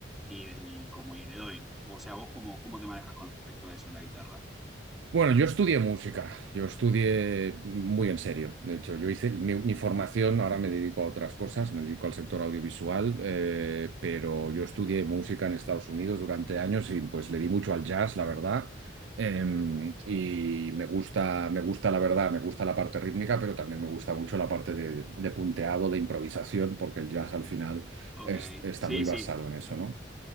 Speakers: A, in the centre; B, on the right.
A: y, de- y como y le doy, o sea, vos cómo, cómo te manejas con respecto a eso en la guitarra.
B: Bueno, yo estudié música, yo estudié muy en serio. De hecho, yo hice mi, mi formación, ahora me dedico a otras cosas, me dedico al sector audiovisual, eh, pero yo estudié música en Estados Unidos durante años y pues le di mucho al jazz, la verdad. Em, y me gusta, me gusta la verdad, me gusta la parte rítmica, pero también me gusta mucho la parte de, de punteado, de improvisación, porque el jazz al final
A: Ok,
B: es- está
A: sí,
B: muy basado
A: sí,
B: en eso, ¿no?